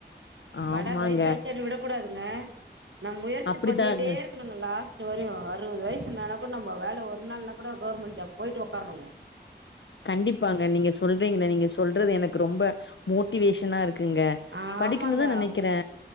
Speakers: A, on the left; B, on the right.
A: ஆமாங்க
B: வட வயசு ஆச்சேனு விடக் கூடாதுங்க நம் முயற்சி
A: அப்டிதாங்க
B: பண்ணிட்டே நாங்க லாஸ்ட் வரையு அறுவது வயசு னா கூட நம்ம வேல ஒரு நாள்னா கூட கவர்மெண்ட் ஜாப் போயிட்டு ஒக்காறோங்க
A: கண்டிப்பாங்க நீங்க சொல்றீங்க நீங்க சொல்றது எனக்கு ரொம்ப மோட்டிவேஷனா இருக்குங்க
B: ஆமாங்க
A: படிக்கணு தா நெனக்கிறே